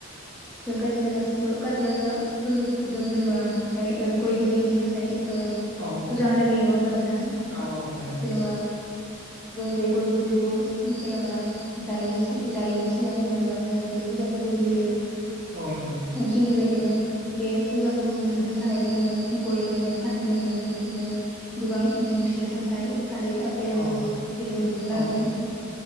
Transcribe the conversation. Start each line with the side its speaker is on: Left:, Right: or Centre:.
Centre: जों काथि काथि गासा फोरबोखौ जों जेनेबा बाय ओ गय गोरलैनि थाखाय ओ
Right: औ औ
Centre: फुजा होनाय जायो नङा होमबा नोंथां
Right: औ औ नंगौ नंगौ
Centre: जेनेबा जों बे गय गोरलैखौ जेनबा जायनिसि जायैनि सिगां जेनेबा जोङो बे फुजाखौ होग्रोयो।
Right: औ नंगौ
Centre: थिग बेबादिनो बे फुजाखौ होग्रोनो होन थाखाय जोंनो गय नांगोन फाथैनांगोन बिदिनो गोबां उम फिथाइ सामथाइ थालिर आफपेल आंगुर
Right: औ
Centre: बिदिनो बुद नांगोन।
Right: औ